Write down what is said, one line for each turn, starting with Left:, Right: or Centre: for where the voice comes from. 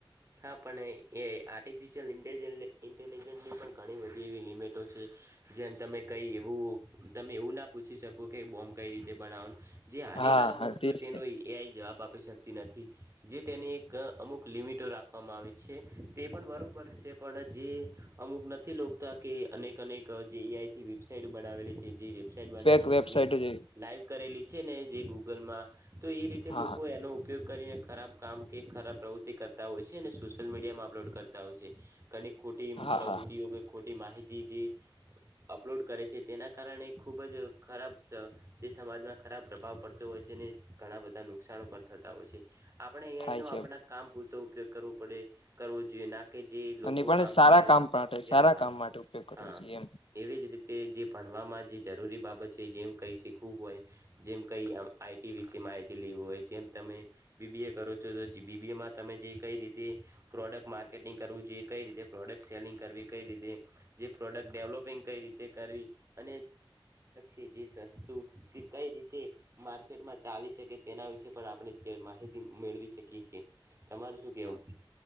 Right: હ હા પણ એ આર્ટિફિશિયલ ઇન્ટજ ઇન્ટેલિજન્સની પણ ઘણી બધી એવી લિમિટો છે જેમ તમે કઈ એવું તમે એવું ના પૂછી શકો કે બોમ્બ કઈ રીતે બનાવનું જે હાનિકારક
Left: હા હા
Right: વસ્તુ
Left: તે
Right: તેનો
Left: છે
Right: એઆઈ જવાબ આપી શકતી નથી જે તેને એક અમુક લિમિટો રાખવામાં આવે છે તે પણ બરાબર છે પણ જે અમુક નથી લો કે અનેકક જેઆઈથી વેબસાઇટ બનાવેલી છે જે વેબસાઇટ બનાવીને
Left: ફેક વેબસાઇટો
Right: જે
Left: જેવી
Right: લાઈવ કરેલી છે ને જે ગૂગલમાં તો એ રીતે લોકો
Left: હા હા
Right: એનો ઉપયોગ કરીને ખરાબ કામ કે ખરાબ પ્રવૃતિ કરતા હોય છે અને સોશિયલ મીડિયામાં અપલોડ કરતા હોય છે ઘ ખોટી
Left: હા
Right: પ્રવૃત્તિઓ
Left: હા
Right: કે ખોટી માહિતી જે અપલોડ કરે છે તેના કારણે ખૂબ જ ખરાબ જે સમાજમાં ખરાબ પ્રભાવ પડતો હોય છે ને ઘણાં બધા નુકસાણો પણ થતાં હોય છે. આપણે
Left: થાય
Right: અંઈ નો
Left: છે
Right: આપણા કામ પૂરતો ઉપયોગ કરવો પડે કરવો જોઈએ ના કે જે લોકો
Left: અને પણ
Right: કામ
Left: સારા
Right: કરી રહ્યા છે
Left: માટે
Right: તેના
Left: સારા
Right: કારણે
Left: કામ માટે ઉપયોગ કરવો
Right: હા
Left: જોઈએ એમ
Right: એવી જ રીતે જે ભણવામાં જે જરૂરી બાબત છે જેમ કઈ શીખવું હોય જેમ કઈ આઈટી વિશે માહિતી લેવું હોય જેમ તમે બીબીએ કરો છો તો બીબીમાં તમે જે કઈ રીતે પ્રોડક્ટ માર્કેટિંગ કરવું જોઈએ કઈ રીતે પ્રોડક્ટ સેલિંગ કરવી કઈ રીતે જે પ્રોડક્ટ ડેવલોપિંગ કઈ રીતે કરવી અને લક્ષી જેી જસ્તું કે કઈ રીતે માર્કેટમાં ચાલી શકે તેના વિશે પણ આપણે જે માહિતી મેળવી શકીએ છીએ તમારું શું કેવું